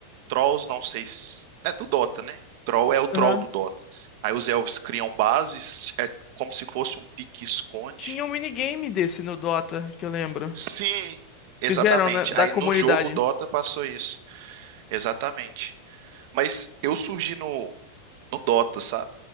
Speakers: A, on the right; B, on the left.
A: Trolls, não sei se. É do Dota, né? Troll é o troll
B: aham,
A: do Dota. Aí os elfos criam bases, é como se fosse um pique-esconde.
B: Tinha um minigame desse no Dota, que eu lembro,
A: Sim, exatamente.
B: fizeram, né, da
A: Aí
B: comunidade,
A: no jogo Dota passou isso. Exatamente. Mas eu surgi no, no Dota, sabe?